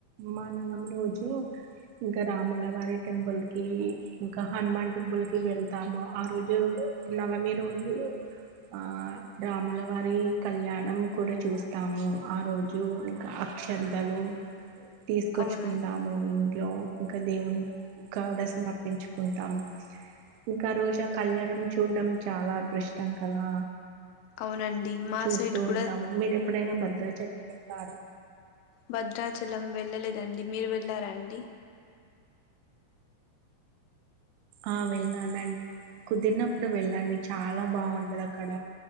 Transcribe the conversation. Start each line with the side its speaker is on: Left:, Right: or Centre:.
Right: మనవమి రోజు ఇంకా రాములవారి టెంపుల్కి ఇంకా హనుమాన్ టెంపుల్కి వెళ్తాము, ఆ రోజు నవమి రోజు ఆ రాముల వారి కళ్యాణం కూడా చూస్తాము. ఆ రోజు ఇంకా అక్షంతలు తీసుకొచ్చుకుందాము
Left: అవునండి
Right: ఇం ట్లో ఇంకా దేవుని కాడ సమర్పించుకుంటాం. ఇంకా ఆ రోజు ఆ కల్యాణం చూడ్డం చాలా అదృష్టం కదా.
Left: అవునండి మా
Right: చూస్తూ
Left: సైడ్ కూడా
Right: ఉంటాము. మీరు ఎప్పుడైనా భద్రాచల్ వెళ్ళారా?
Left: భద్రాచలం వెళ్ళలేదండి. మీరు వెళ్ళారా అండి?
Right: ఆ వెళ్ళానండి కుదిరినప్పుడు వెళ్ళండి చాలా బావుంటది అక్కడ.